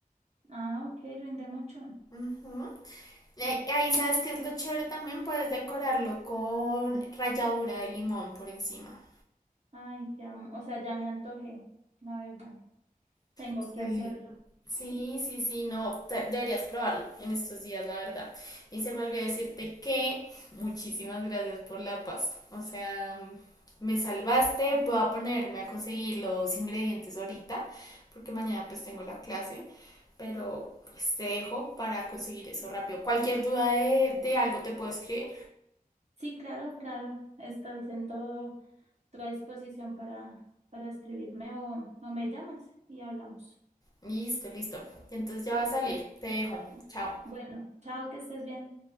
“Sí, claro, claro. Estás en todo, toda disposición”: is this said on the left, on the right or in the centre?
Right